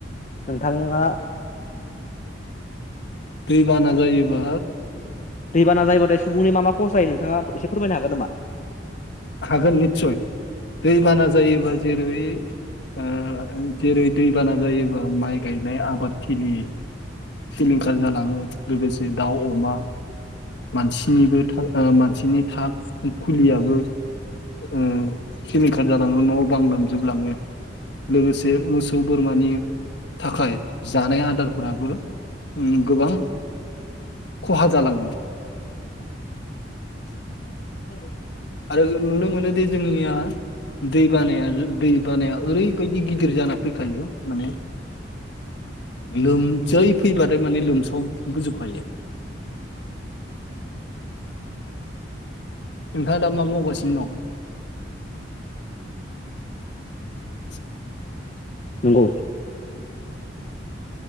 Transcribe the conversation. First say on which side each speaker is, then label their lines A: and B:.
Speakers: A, on the left (about 40°); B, on the left (about 65°).
A: नोंथांमोनहा
B: दैबाना जायोबा
A: दैबाना जायोबाथाय सुबुंनि मा मा खस जायो। नोंथाङा एसे फोरमायनो हागोन नोमा?
B: हागोन निस्सय। दैबाना जायोबा जेरै ओ जेरै दै बाना जायोबा माइ गायनाय आबादथिलि सिलिंखार जालाङो लोगोसे दाउ, अमा मानसिनिबो था ओ मानसिनि था खुलियाबो ओ सिलिंखार जालाङो न' बां लोमजोबलाङो। लोगोसे मोसौ बोरमानि थाखाय जानाय आदारफोराबो उम गोबां खहा जालाङो।
A: औ।
B: आरो नुनो मोनोदि जोंनिया दै बानाया दै बानाया ओरै बायदि गिदिर जाना फैखायो माने लोम जै फैबाथाय माने लोमसाव बोजोबखायो नोंथाङा दा मा मावगासिनो दं? <inaudible>
A: नंगौ